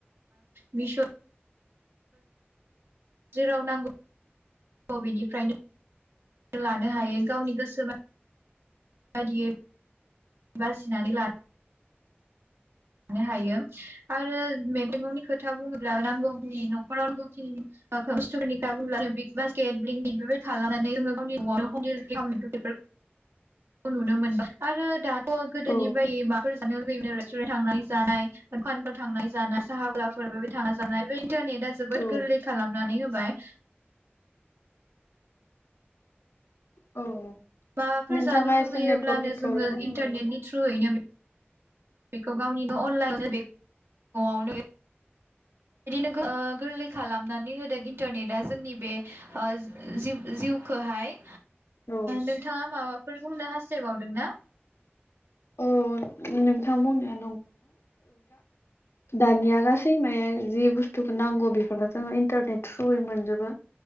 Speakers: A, on the right (about 70°); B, on the left (about 70°).
A: बिस' जेराव नांगौ बेेनिफ्रायनो लानो हायो गावनि गोसोबा आरियो बासिनानै लानो लानो हायो आरो मेगंगंनि खोथा बुङोब्ला नांगौनि न'खराव नांगौखिनि बुस्थुफोरनि ख बु्ला बिग बास्केट बेबायदि खालामनानै गनि न'नो खालाम बे नुनो मोनदों आरो दा अ गोदोनि
B: औ
A: बै माफोर बेनो रेस्टुरे थांनाय जानाय दखानफोराव थांनाय जानाय साहाबलाफोरबो थांनाय जानाय बे इन्टारनेटा जोबोद
B: औ
A: गोरलै खालामनानै होबाय
B: औ
A: माबाफोर
B: नोंथाङा
A: जानो लुुबैयोब्लानो
B: एसे नेटवर्कनि प्रब्लेम
A: जोङो
B: होदों
A: इन्टारनेटनि
B: नामा?
A: थ्रुयैनो बेखौ गावनि न' अनलाइन बे न'आवनो बेबायदिनो गोरलै खालामनानै होदों इन्टारनेटआ जोंनि बे जि जिउखौहाय
B: औ
A: नोंथाङा माबा फोर बुंनो हास्थायबावदों ना
B: औ नोंथां बुंनाय दं <unintelligible> <unintelligible> जि बुस्थुखौ नांगौ बेफोरखौ जोङो इन्टारनेट थ्रुयै मोनजोबो